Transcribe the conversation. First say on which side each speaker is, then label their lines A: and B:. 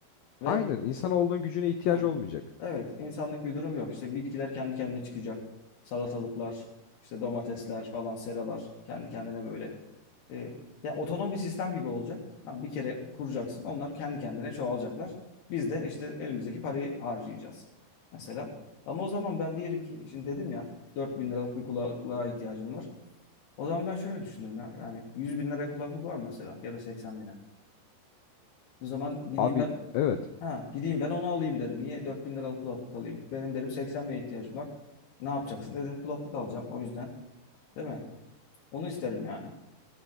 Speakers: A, on the left; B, on the left.
A: Ve
B: Aynen insanoğlunun gücüne ihtiyaç
A: hı,
B: olmayacak.
A: evet insanlık bir durum yok. İşte bitkiler kendi kendine çıkacak. Salatalıklar, işte domatesler falan, seralar kendi kendine böyle e, ya otonom bir sistem gibi olacak. Tamam, bir kere kuracaksın. Onlar kendi kendine çoğalacaklar. Biz de işte elimizdeki parayı harcayacağız. Mesela. Ama o zaman ben diyelim ki şimdi dedim ya 4000 liralık bir kulaklığa ihtiyacım var. O zaman ben şöyle düşünürüm ya. Yani 100 bin liraya kulaklık var mı mesela ya da 80 bine. O zaman gideyim
B: Abi
A: ben
B: Evet.
A: ha gideyim ben onu alayım derim. Niye 4000 liralık kulaklık alayım? Benim derim 80 bine ihtiyacım var. Ne yapacaksın? Dedim kulaklık alacağım o yüzden. Değil mi? Onu isterim yani.